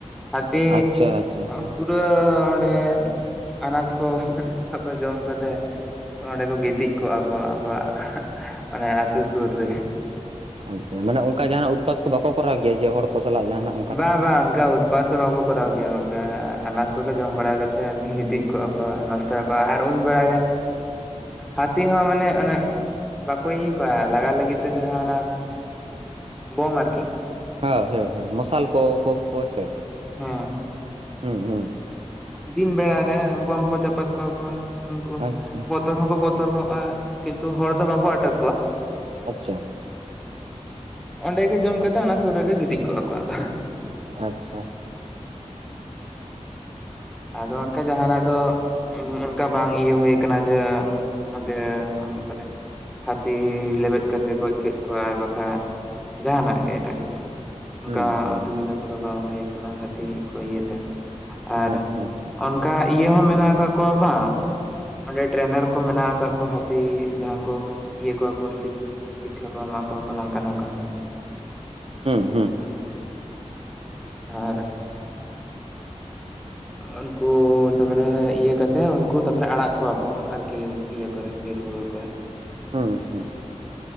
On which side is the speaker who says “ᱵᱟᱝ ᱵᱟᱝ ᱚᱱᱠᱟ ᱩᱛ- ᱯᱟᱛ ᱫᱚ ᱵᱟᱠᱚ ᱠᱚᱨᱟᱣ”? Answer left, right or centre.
Centre